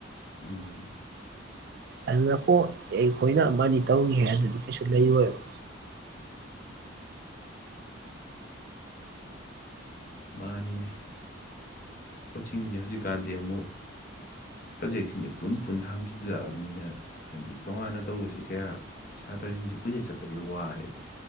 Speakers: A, on the left; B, on the right.
A: ꯎꯝ
B: ꯑꯗꯨꯅꯀꯣ ꯑꯩ ꯑꯩꯈꯣꯏꯅ ꯑꯃ ꯑꯅꯤ ꯇꯧꯅꯤꯡꯉ‌ꯦ ꯍꯥꯏꯗꯨꯗꯤ ꯀꯩꯁꯨ ꯂꯩꯔꯣꯏꯕ
A: ꯃꯥꯅꯤꯅꯦ ꯀꯣꯆꯤꯡꯁꯦ ꯍꯧꯖꯤꯛꯀꯥꯟꯗꯤ ꯑꯃꯨꯛ ꯁꯕꯖꯦꯛꯁꯤꯡꯁꯦ ꯄꯨꯟ ꯄꯨꯟ ꯍꯥꯡꯖꯤꯜꯂꯛꯑꯕꯅꯤꯅ ꯍꯥꯏꯗꯤ ꯇꯣꯉꯥꯟꯅ ꯇꯧꯕꯁꯤ ꯀꯌꯥ ꯁꯥꯇ꯭ꯔꯁꯤꯡꯁꯤ ꯀꯨꯏꯆꯠ ꯆꯠꯄꯗꯤ ꯋꯥꯏꯑꯦꯕ